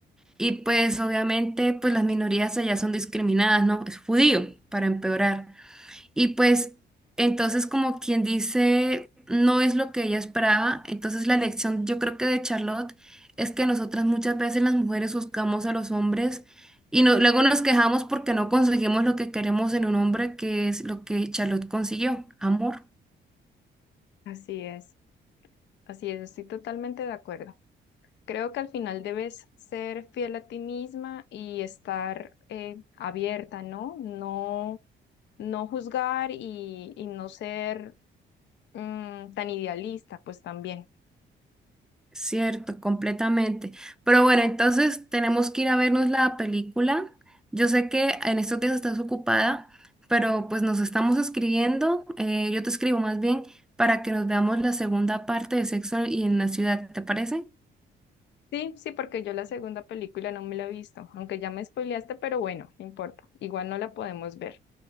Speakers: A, in the centre; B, on the left.
A: Y pues obviamente pues las minorías allá son discriminadas, ¿no? Es judío, para empeorar. Y pues entonces como quien dice, no es lo que ella esperaba. Entonces la lección yo creo que de Charlotte es que nosotras muchas veces las mujeres buscamos a los hombres y no- luego nos quejamos porque no conseguimos lo que queremos en un hombre, que es lo que Charlotte consiguió, amor.
B: Así es, así es, estoy totalmente de acuerdo. Creo que al final debes ser fiel a ti misma y estar eh, abierta, ¿no? No, no juzgar y, y no ser mm, tan idealista, pues también.
A: Cierto, completamente. Pero bueno, entonces tenemos que ir a vernos la película. Yo sé que en estos días estás ocupada, pero pues nos estamos escribiendo, eh, yo te escribo más bien, para que nos veamos la segunda parte de Sexo y en la ciudad, ¿te parece?
B: Sí, sí, porque yo la segunda película no me la he visto, aunque ya me spoileaste, pero bueno, no importa, igual no la podemos ver.